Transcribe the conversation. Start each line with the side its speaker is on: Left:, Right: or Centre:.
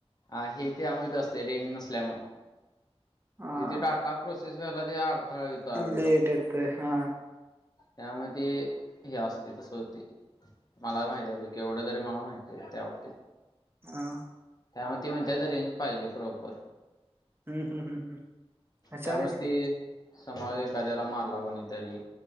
Left: आहे त्यामुळं असतय रेज नसल्यामुळं.
Right: हां.
Left: जिथे डाटा प्रोसेस वजे अडथळे येतो.
Right: लेट येतंय हा.
Left: त्यामूळ ते हे असतय तसं होतय मला माहिती हाय केवढं तरी मला माहित. त्या बाबतीत.
Right: हां
Left: त्यामुळे ती म्हणत्यात रेंज पाहिजे प्रॉपर.
Right: हं, हं, हं, हं. हुशार
Left: त्यामुळेच
Right: आहेस
Left: ते
Right: की.
Left: समावे त्याला मारला कुणी तरी